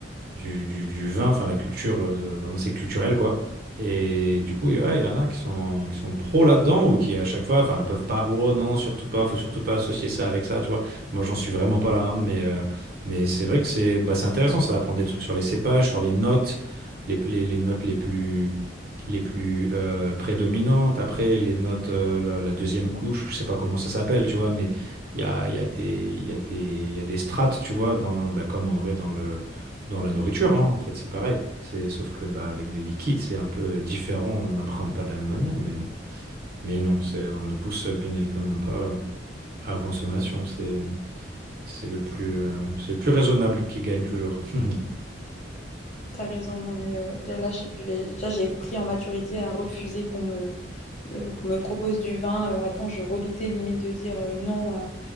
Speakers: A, on the right; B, on the left.
A: du, du, du vin, enfin la culture, euh, vraiment c'est culturel quoi. Et du coup, il y ouais, il y en a qui sont, qui sont pros là-dedans ou qui à chaque fois, enfin, peuvent pas, oh non, surtout pas, faut surtout pas associer ça avec ça, tu vois. Moi, j'en suis vraiment pas là, hein, mais, euh, mais c'est vrai que c'est bah, c'est intéressant, ça apprendre des trucs sur les cépages, sur les notes, les, les, les notes les plus, les plus euh, prédominantes. Après, les notes, euh, la, la deuxième couche, je sais pas comment ça s'appelle, tu vois, mais il y a, il y a des, il y a des, il y a des strates, tu vois, dans, bah, comme en vrai dans le dans la nourriture, hein, en fait, c'est pareil. C'est, sauf que bah, avec des liquides, c'est un peu euh, différent. On n'appréhende pas de la même manière, mais, euh, mais non, c'est, on ne pousse euh, bien évidemment pas euh, à la consommation. C'est, c'est le plus, euh, c'est le plus raisonnable qui gagne toujours. <laughs>
B: T'as raison, non mais euh, là je je vais là j'ai pris en maturité à refuser qu'on me euh, qu'on me propose du vin. Euh, avant, je redoutais limite de dire euh, non à,